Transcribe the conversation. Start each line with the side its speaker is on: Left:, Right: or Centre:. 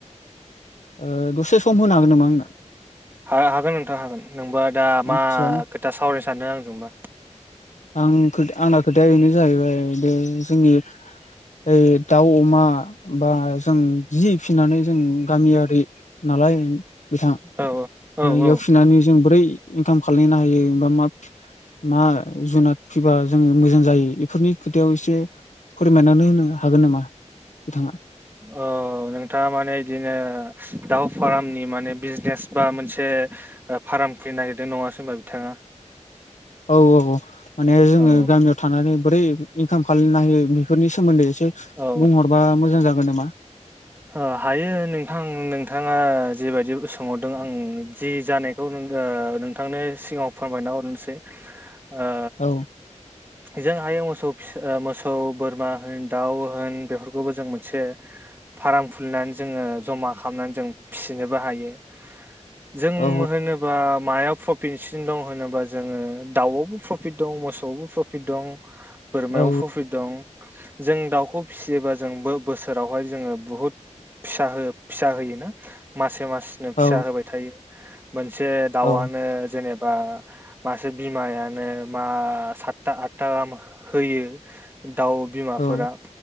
Left: ओ दसे सम होनो हागोन नामा आंनो
Right: हागोन नोंथां हागोन नोंबा दा
Left: आदसा
Right: मा खोथा सावरायनो सानदों आंजोंबा
Left: आं ख आंना खोथाया बेनो जाहैबाय जोंनि ओ दाउ अमा बा जों जि फिसिनानै जों गामियारि नालाय बिथां
Right: औ औ औ
Left: इयाव
Right: औ
Left: फिसिनानै जों बोरै इनकाम खानो हायोबा मा मा जुनाद फिबा जोङो मोजां जायो बेफोरनि खोथायाव एसे फोरमायनानै होनो हागोन नामा बिथाङा
Right: अ नोंथाङा माने बिदिनो दाउ फार्मनि माने बिजनेस बा मोनसे फार्म खुलिनो नागिरदों नङासै होनबा बिथाङा
Left: औ औ माने जोङो
Right: औ
Left: गामियाव थानानै बोरै इनकाम खालामनो हायो बेफोरनि सोमोन्दै एसे
Right: औ
Left: बुंहरबा मोजां जागोन नामा
Right: ओ हायो नोंथां नोंथाङा जेबायदि सोंहरदों आं जि जानायखौ नों ओ नोंथांनि सिगाङाव फोरमायना हरनोसै ओ
Left: औ
Right: जों हायो मोसौ फिसा मोसौ बोरमा होन दाउ होन बेफोरखौबो जों मोनसे फार्म खुलिनानै जोङो जमा खालामनानै जों फिसिनोबो हायो। जों
Left: औ
Right: होनोबा मायाव प्रफिटसिन दं होनोबा जोङो दाउआवबो प्रफिट दं मोसौआवबो प्रफिट दं। बोरमायाव
Left: औ
Right: प्रफिट दं जों दाउखौ फिसियोबा जों बोसोरावहाय जोङो बुहुद फिसा फिसा होयोना मासे मासनो
Left: औ
Right: फिसा होबाय थायो। मोनसे दाउआनो
Left: औ
Right: जेने बा मासे बिमायानो मा सातथा आठथा गाहाम होयो। दाउ बिमाफोरा
Left: औ